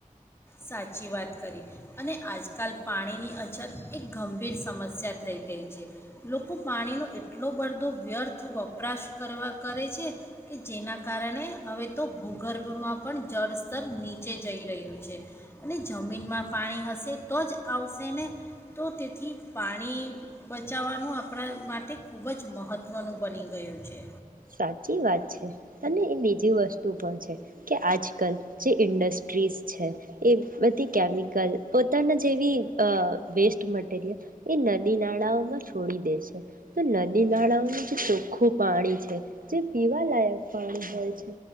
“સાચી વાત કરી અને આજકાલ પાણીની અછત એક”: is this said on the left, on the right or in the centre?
Left